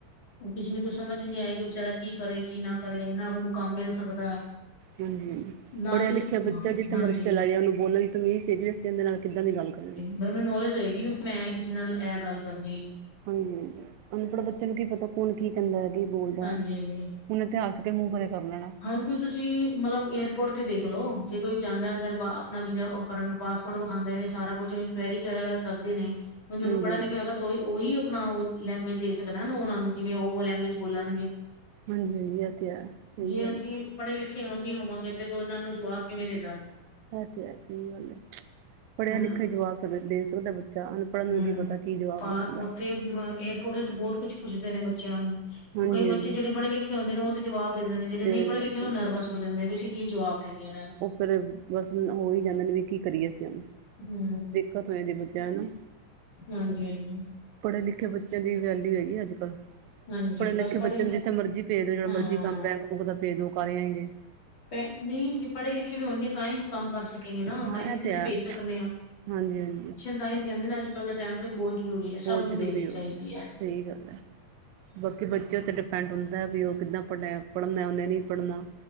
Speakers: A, on the left (about 35°); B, on the right (about 85°).
A: ਉਹ ਕਿਸੇ ਨ ਨੂੰ, ਕੁਛ ਸਮਝ ਨੀ ਆਏਗੀ। ਉਹ ਵਿਚੇਾਰਾ, ਕੀ ਕਰੇ ਕੀ ਨਾ। ਕਰੇ ਨਾ ਉਹਨੂੰ, ਕੰਮ ਮਿਲ ਸਕਦਾ।
B: ਹਾਂਜੀ ਹਾਂਜੀ
A: ਨਾ
B: ਪੜ੍ਹਿਆ
A: ਕਿ
B: ਲਿਖਿਆ ਬੱਚਾ ਜਿੱਥੇ
A: ਹਾਂਜੀ
B: ਮਰਜ਼ੀ, ਚਲਾ ਜਾਣੇ। ਉਹਨੂੰ ਬੋਲਣ ਦੀ ਤਾਂੂੰ ਮਂਹ ਵੀ ਦੱਸਿਆ, ਕਹਦੇ ਨਾਲ, ਕਿੱਦਾਂ ਦੀ ਗੱਲ ਕਰਨੀ ਏ।
A: ਫੇਰ ਉਹਨੂੰ, ਨੌਲੇਜ ਹੋਏਗੀ, ਵੀ ਮੈਂ ਕਿਸੇ ਨਾਲ, ਇਹ ਗੱਲ ਕਰਨੀ ਹੈ।
B: ਹਾਂਜੀ ਹਾਂਜੀ ਅਨਪੜ੍ਹ ਬੱਚੇ ਨੂੰ ਕੀ ਪਤਾ ਕੌਣ ਕੀ ਕਹਿੰਦਾ ਹੈ ਕੀ ਬੋਲਦਾ
A: ਹਾਂਜੀ
B: ਹੈ।
A: ਹਾਂਜੀ
B: ਹੁਣ ਇਤਿਹਾਸ ਕੇ ਮੂੰਹ ਬਾਰੇ ਕਰ ਲੈਣਾ।
A: ਹੁਣ ਕੋਈ ਤੁਸੀਂ, ਮਤਲਬ ਏਅਰਪੋਰਟ ਤੇ ਦੇਖਲੋ, ਜੇ ਕੋਈ ਜਾਂਦਾ ਅੰਦਰ, ਆਪਣਾ ਵੀਜ਼ਾ ਉਹ ਕਰਨ ਪਾਸ। ੋੜ ਵਿਖਾਉਦੇ ਨੇ, ਸਾਰਾ ਕੁਝ ਇਨਕੁਇਰੀ ਵਗਰਾ, ਕਸਦੇ ਨੇ ਜੋ
B: ਹਾਂਜੀ
A: ਕਿ ਪੜਾ
B: ਹਾਂਜੀ
A: ਲਿਖਿਆ ਨੀ ਹੋਏਗਾ। ਉਹੀ ਆਪਣਾ, ਉਹ ਲੈਂਗੁਏਜ ਦੇ, ਸਕਦਾ ਨਾ ਉਹਨਾਂ ਨੂੰ। ਜਿਵੇਂ ਉਹ ਲੈਂਗੁਏਜ ਬੋਲਣਗੇ।
B: ਹਾਂਜੀ- ਹਾਂਜੀ, ਇਹ ਤੇ ਹੈ। ਸਹੀ
A: ਜੇ
B: ਗੱਲ
A: ਅਸੀਂ
B: ਹੈ
A: ਪੜੇ- ਲਿਖੇ, ਹੂਨ ਨਹੀਂ ਹੋਵਾਂਗੇ। ਤੇ ਉਹਨਾਂ ਨੂੰ, ਜਵਾਬ ਕਿਵੇਂ ਦੇ ਦਾਂਗੇ।
B: ਐ ਤੇ ਹੈ, ਸਹੀ ਗੱਲ ਹੈ। ਪੜਿਆ-
A: ਹੁਣ
B: ਲਿਖਿਆ ਹੀ ਜਵਾਬ ਦੇ ਸਕਦਾ। ਬ ਾ ਅਨਪੜਨ,
A: ਹੂੰ
B: ਨੂੰ ਕੀ ਪਤਾ। ਕੀ ਜਵਾਬ
A: ਪਾ
B: ਦੇਣਾ ਮੈਂ।
A: ਉੱਥੇ ਏਅਰਪੋਰਟ ਤੇ ਤਾਂ, ਉ ਬਹੁਤ ਕੁੱਛ ਪੁੱਛਦੇ ਨੇ, ਬੱਚਿਆਂ ਨੂੰ।
B: ਹਾਂਜੀ
A: ਹੁਣ ਕਈ
B: ਹਾਂਜੀ
A: ਬੱਚੇ ਜਿਹੜੇ ਪੜੇ- ਲਿਖੇ ਹੁੰਦੇ ਨੇ, ਉਹ ਤੇ ਜਵਾਬ। ਦੇ ਦਿੰਦੇ ਨੇ। ਜਿਹੜੇ
B: ਦੇ
A: ਨਹੀਂ
B: ਦਿੰਦੇ
A: ਪੜੇ- ਲਿਖੇ
B: ਸਹੀ
A: ਓਹ ਨਰਵਸ ਹੋ ਜਾਂਦੇ, ਵੀ ਅਸੀਂ ਕੀ ਜਵਾਬ ਦੇਿੰਏ ਇਹਨਾਂ ਨੂੰ।
B: ਫੇਰ ਬਸ ਹੋ, ਹੀ ਜਾਂਦੇ ਨੇ, ਵੀ ਕੀ ਕਰੀਏ ਅਸੀਂ ਹੁਨ।
A: ਹੂੰ।
B: ਤ ਬੱਚਿਆ ਨੂੰ,
A: ਹਾਂਜੀ-ਹਾਂਜੀ
B: ਪੜੇ- ਲਿਖੇ, ਬੱਚਿਆਂ ਦੀ ਵੈਲਿਊ ਹੈਗੀ ਅੱਜ ਕੱਲ।
A: ਹਾਂਜੀ
B: ਪੜੇ-ਲਿਖੇ
A: ਬਸ ਪੜ੍ਹੇ
B: ਬੱਚੇ ਨੂੰ, ਜਿੱਥੇ ਮਰਜ਼ੀ ਭੇਜ ਦਿਓ। ਜਿਹੜਾ
A: ਹਾਂ
B: ਮਰਜ਼ੀ ਕੰਮ, ਬੈਂਕ- ਬੁਂਕ ਦਾ ਪੇਜ ਦਿਓ ਕੁਰੀ ਆਣਗੇ
A: ਪ ਨਹੀਂ ਜੇ ਪੜੇ- ਲਿਖੇ ਵੀ ਹੋਣਗੇ, ਤਾਂ ਹੀ ਕੋਈ ਕੰਮ ਕਰ ਸਕੇਗੇ ਨਾ।
B: ਹਾਂ
A: ਤਾਂ ਹੀ ਕਿੱਥੇ,
B: ਇਹ ਤੇ
A: ਅਸੀਂ
B: ਹੈ
A: ਭੇਜ ਸਕਦੇ ਹਾਂ।
B: ਹਾਂਜੀ- ਹਾਂਜੀ।
A: ਤਾਂ ਹੀ ਤੇ, ਕਹਿੰਦੇ ਨਾ। ਅੱਜ ਕੱਲ ਦੇ ਟਾਈਮ ਬਹੁਤ ਜ਼ਰੂਰੀ ਹੈ
B: ਬਹੁਤ
A: ਸਭ ਨੂੰ
B: ਜ਼ਰੂਰੀ
A: ਦੇਣੀ
B: ਹੋ
A: ਚਾਹੀਦੀ
B: ਗਈ ਏ।
A: ਹੈ
B: ਸਹੀ ਗੱਲ ਹੈ, ਬਾਕੀ ਬੱਚੇ ਤੇ ਡਿਫੈਂਡੈਂ ਹੁੰਦਾ ਵੀ, ਉਹ ਕਿੱਦਾਂ ਪੜਨਾ। ਪੜਨਾ ਉਹਨੇ ਨਹੀਂ ਪੜਨਾ,